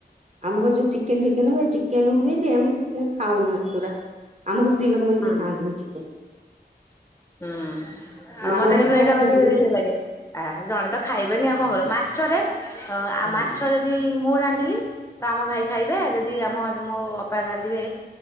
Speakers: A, on the right; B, on the left.
A: ଆମ ଘରେ ଯୋଉ ଚିକେନ ଫିକେନ ହବ ଚିକେନ ହୁଏ ଯେ ଖାଉନା ସେରା ଆମକୁ ସ୍ତ୍ରୀ ଲୋକମାନେ
B: ହଁ।
A: କେହି ଖାଆନ୍ତିନି ଚିକେନ
B: ହୁଁ। ଆଉ
A: ମାଣବସା
B: ମତେ କିନ୍ତୁ ଏଇଟା
A: ହୁଏ
B: ବାର
A: ବୋଲିକି
B: ଲାଗେ ଆ ଜଣେ ତ ଖାଇବେନି ଆଉ କଣ କରୁ ମା ହଁ
A: ହଁ।
B: ଆଉ ମାଛ ଯଦି ମୁଁ ରାନ୍ଧିଲି ତ ଆମ ଭାଇ ଖାଇବେ ଯଦି ଆମ ମୋ ଅପା ରା ଦୁଏ